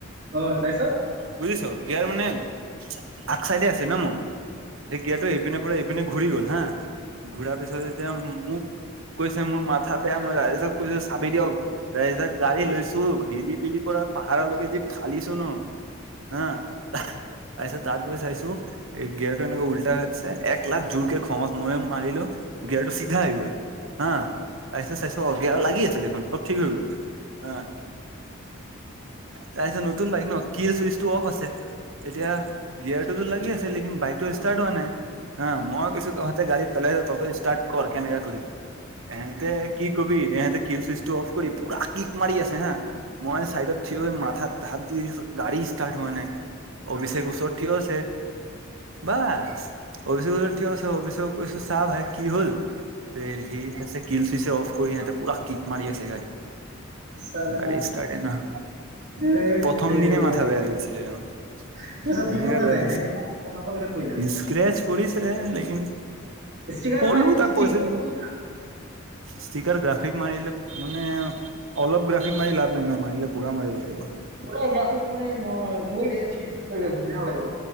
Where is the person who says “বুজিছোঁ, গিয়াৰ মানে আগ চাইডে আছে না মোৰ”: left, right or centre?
Right